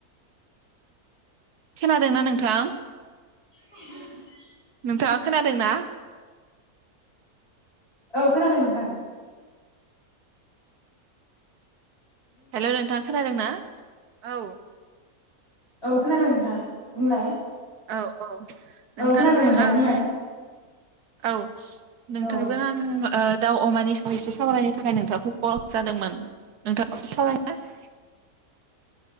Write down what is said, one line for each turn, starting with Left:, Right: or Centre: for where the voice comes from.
Right: खोनादोंना नोंथां
Left: <unintelligible>
Right: नोंथाङा खोनादोंना?
Left: औ खोनादों नोंथां
Right: हेल' नोंथां खोनादों ना औ
Left: औ खोनादों नोंथां बुंलाय
Right: औ औ नोंथांजों
Left: औ खोनादों नोंथां
Right: आं
Left: बुंलाय
Right: औ नोंथांजों
Left: औ
Right: आं आ दाउ अमानि सायाव एसे सावरायनो थाखाय नोंथांखौ कल जादोंमोन नोंथाङखौ ए सावरायना <unintelligible>